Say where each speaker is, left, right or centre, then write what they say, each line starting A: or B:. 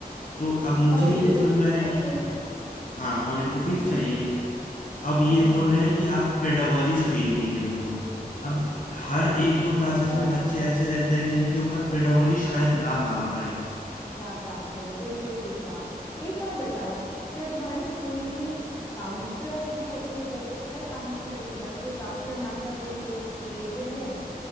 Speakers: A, on the left; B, on the left.
A: तो अब मुझे
B: और उनको
A: ये नहीं
B: तो
A: समझ
B: फीस
A: में आ रहा
B: चाहिए
A: है कि हाँ और इनको
B: हम्म
A: फीस चाहिए अब ये
B: हम्म
A: बोल
B: हम्म
A: रहे हैं कि आप पेडागोजी से डील कीजिए उनको अब हर एक दो क्लासेस में
B: ओहो
A: बच्चे ऐसे रहते हैं जिनके ऊपर पेडागोजी
B: हाँ
A: शायद ना
B: हाँ
A: काम
B: हाँ
A: करे
B: ना काम करे बिल्कुल ठीक कहा एक बात बताओ क्या तुम्हारे स्कूल में काउंसलर है कोई पोस्ट है काउंसलर की मतलब कोई काउंसलर नाम का कोई पोस्ट क्रिएटेड है